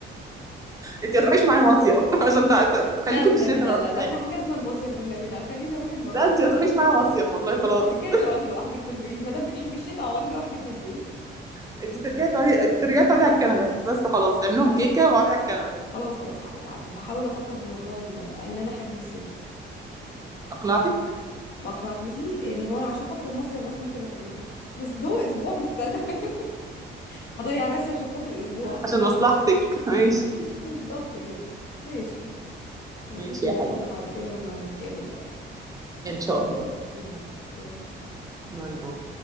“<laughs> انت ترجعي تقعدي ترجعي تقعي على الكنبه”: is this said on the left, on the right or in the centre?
Right